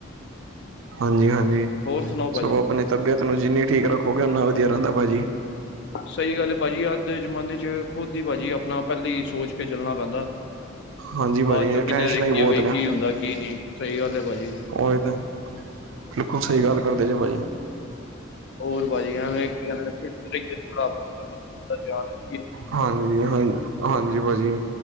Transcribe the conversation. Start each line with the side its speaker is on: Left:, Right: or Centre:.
Right: ਹਾਂਜੀ-ਹਾਂਜੀ,
Left: ਹੋਰ ਸੁਣਾਓ ਭਾਜੀ
Right: ਸਗੋਂ ਅਪਣੇ ਤਬੀਅਤ ਨੂੰ ਜਿੰਨੀ ਠੀਕ ਰੱਖੋਗੇ, ਉੰਨਾ ਵਧੀਆ ਰਹਿੰਦਾ ਭਾਜੀ।
Left: ਸਹੀ ਗੱਲ ਏ ਭਾਜੀ, ਅੱਜ ਦੇ ਜਮਾਨੇ'ਚ ਖੁੱਦ ਹੀ ਭਾਜੀ ਅਪਣਾ ਪਹਿਲੇ ਈ ਸੋਚਕੇ ਚੱਲਣਾ ਪੈਂਦਾ।
Right: ਹਾਂਜੀ ਭਾਜੀ
Left: ਬਾਅਦ'ਚੋ ਕੀਨੇ
Right: ਟੈਨਸ਼ਨਾਂ
Left: ਦੇਖੀਏ
Right: ਹੀ ਬਹੁਤ
Left: ਬਈ, ਕੀ
Right: ਨੇ
Left: ਹੁੰਦਾ ਕੀ ਨਹੀਂ, ਸਹੀ ਗੱਲ ਐ ਭਾਜੀ।
Right: ਓਈ ਤੇ, ਬਿਲਕੁਲ ਸਹੀ ਗੱਲ ਕਰਦੇ ਜੇ ਭਾਜੀ।
Left: ਹੋਰ ਭਾਜੀ, ਐਵੇਂ ਕੀ ਕਹਿੰਦੇ ਨੇ, ਫਿੱਟ ਰਹੀਏ ਥੋੜਾ, ਆਪਣਾ ਤਬੀਅਤ ਦਾ ਧਿਆਨ ਰ
Right: ਹਾਂਜੀ, ਹਾਂ, ਹਾਂਜੀ ਭਾਜੀ।